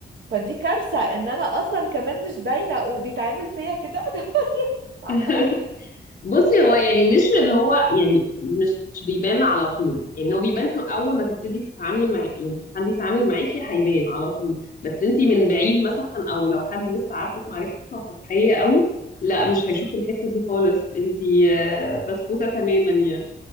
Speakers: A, on the right; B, on the left.
A: فدي كارثة ان انا اصلا كمان مش باينة وبيتعمل فيا كده <laughs> مش عارفة
B: <laughs>
A: اروح فين
B: بصي هو يعني مش اللي هو يعني مش بيبان على طول يعني هو بيبان اول ما تبتدي تتعاملي مع يعني حد يتعامل معاكي هيبان على طول بس انتي من بعيد مثلا او لو حد لسه عارفك معرفة سطحية قوي لا مش هيشوف الحتة دي خالص انتي آه، بسكوتة تماما يعني